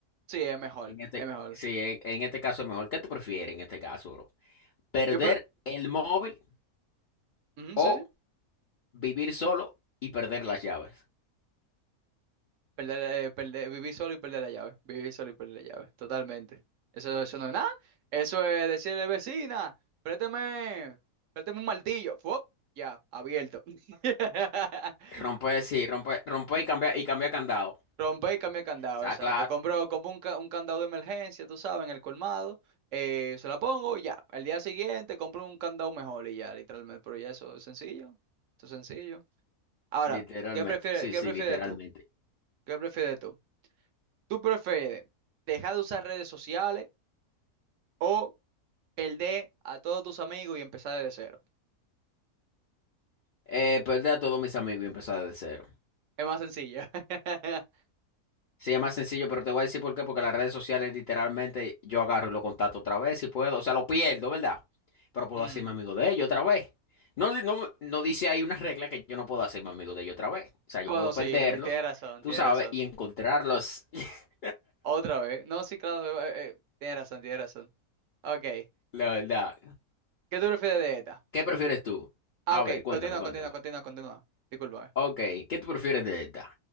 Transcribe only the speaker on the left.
En este,
sí, en, en este caso es mejor. ¿Qué tú prefieres en este caso, bro? ¿Perder
el móvil
o
vivir solo y perder las llaves?
Romper, sí, romper, romper y cambiar y cambiar candado. O
sea,
claro,
literalmente.
Sí,
sí,
literalmente.
Eh, perder a todos mis amigos y empezar de cero.
Sí, es más sencillo, pero te voy a decir por qué, porque las redes sociales literalmente yo agarro y lo contacto otra vez si puedo, o sea, lo pierdo, ¿verdad? Pero puedo
hacerme amigo de ellos otra vez. No, di- no, no dice ahí una regla que yo no puedo hacerme amigo de ellos otra vez. O sea,
yo puedo perderlos,
tú
sabes,
y encontrarlos, <laughs>
la verdad.
¿Qué prefieres tú?
A
ver, cuéntame,
cuéntame.
Ok, ¿qué tú prefieres de esta?